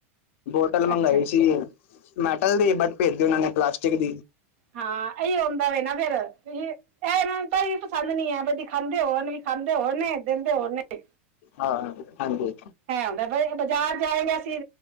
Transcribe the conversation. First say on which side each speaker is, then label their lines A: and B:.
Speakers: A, on the left (about 65°); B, on the right (about 65°).
A: ਬੋਟਲ ਮੰਗਵਾਈ
B: ਅੱਛਾ ਅੱਛਾ।
A: ਸੀ। ਮੈਟਲ ਦੀ ਬੱਟ ਭੇਜਦੇ ਉਹਨਾਂ ਨੇ ਪਲਾਸਟਿਕ ਦੀ
B: ਹਾਂ ਇਹੀ ਹੁੰਦਾ ਨਾ ਫਿਰ ਇਹਨਾਂ ਨੂੰ ਤਾਂਹੀ ਪਸੰਦ ਨੀ ਹੈ ਦਿਖਾਂਦੇ ਹੋਰ ਹੈ ਦਿਖਾਂਦੇ ਹੋਰ ਹੈ ਦਿੰਦੇ ਹੋਰ ਨੇ।
A: ਹਾਂ, ਹਾਂ ਹਾਂਜੀ।
B: ਹੈ ਹੁਦਾ ਬਾਜ਼ਾਰ ਜਾਏਗਾ ਅਸੀਂ